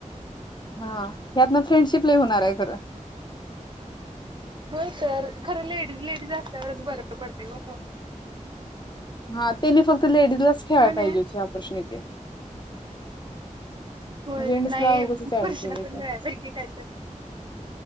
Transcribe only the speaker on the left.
हा यात ना फ्रेंडशिप लय होणार आहे खरं.
हा त्यांनी फक्त लेडीज लाच ठेवाय
पाहिजे होती ऑपॉर्च्युनिटी.
जेंट्सला
उगचच
ऍड केलंय त्यात